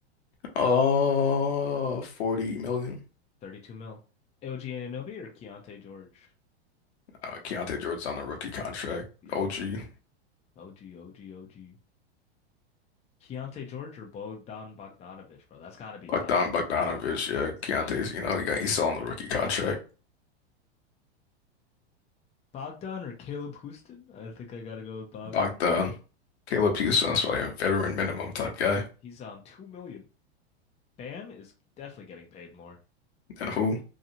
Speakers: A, on the left (about 75°); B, on the left (about 20°).
A: Uh, 40 million.
B: 32 mil. OG Anunoby or Keontae George?
A: Uh, Keontae George's on a rookie contract.
B: Yeah.
A: OG.
B: OG, OG, OG. Keontae George or Bogdan Bogdanovic, bro? That's gotta be
A: Bogdan
B: Bogdan.
A: Bogdanovic, yeah,
B: It's gotta
A: Keontae's,
B: be
A: you
B: Bogdan.
A: know, you got Isel on the rookie contract.
B: Bogdan or Caleb Houston? I think I gotta go with Bogdan.
A: Bogdan, Caleb Houston's probably a veteran minimum type guy.
B: He's on 2 million. Bam is definitely getting paid more.
A: And who?